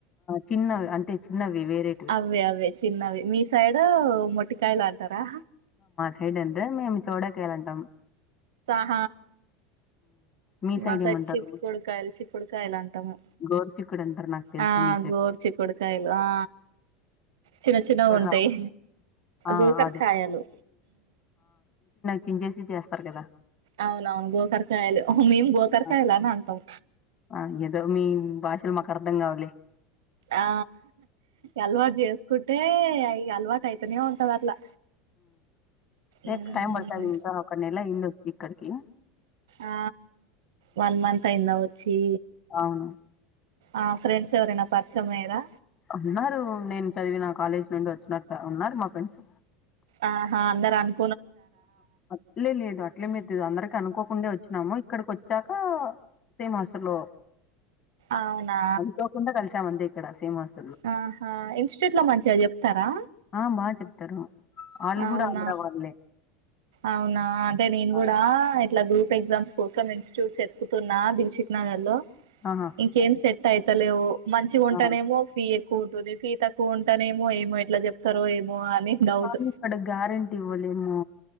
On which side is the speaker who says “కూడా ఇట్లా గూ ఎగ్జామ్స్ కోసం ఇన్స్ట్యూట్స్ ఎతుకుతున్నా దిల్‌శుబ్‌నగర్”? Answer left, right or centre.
Right